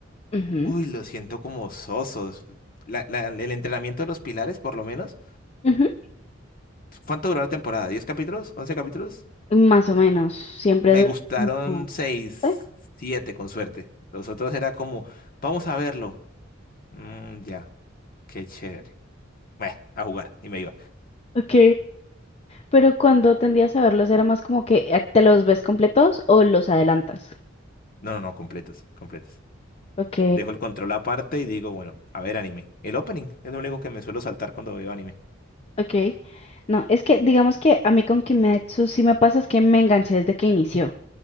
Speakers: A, on the left; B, on the left.
A: Ujú,
B: uy, los siento como sosos. La- la- el entrenamiento de los pilares, por lo menos.
A: ujú.
B: ¿Cuánto duró la temporada? Diez capítulos? once capítulos?
A: Más o menos, siempre
B: Me
A: dura.
B: gustaron
A: como-
B: 6,
A: ¿Sí?
B: 7, con suerte. Los otros era como, vamos a verlo. Mm, ya, qué chévere. Bueno, a jugar. Y me iba.
A: Ok, pero cuando tendías a verlos era más como que eh, te los ves completos o los adelantas.
B: No, no, no, completos, completos.
A: Ok,
B: Dejo el control aparte y digo, bueno, a ver anime. El opening es lo único que me suelo saltar cuando veo anime.
A: ok. No, es que digamos que a mí con Kimetsu sí me pasa es que me enganché desde que inició.